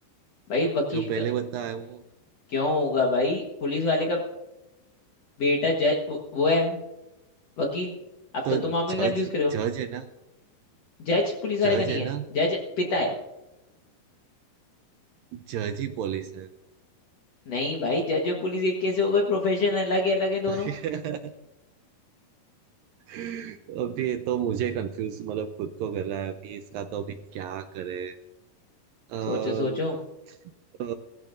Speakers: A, on the left; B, on the right.
A: भाई वकील
B: जो पहले
A: का
B: बताया वो
A: क्यों होगा भाई पुलिस वाले का बेटा जज वो वो है वकील अब
B: तो
A: तो तुम हमें
B: जज
A: कंफ्यूज कर रहे हो
B: जज है ना
A: जज पुलिस वाले
B: जज
A: का नहीं
B: है
A: है
B: ना
A: जज पिता है
B: जज ही पुलिस है
A: नहीं भाई जज और पुलिस एक कैसे हो गए प्रोफेशन अलग है अलग है
B: <laughs>
A: दोनों
B: अभी ये तो मुझे कंफ्यूज मतलब खुद को कर रहा है अभी इसका तो अभी क्या करे अम,
A: सोचो सोचो
B: अ,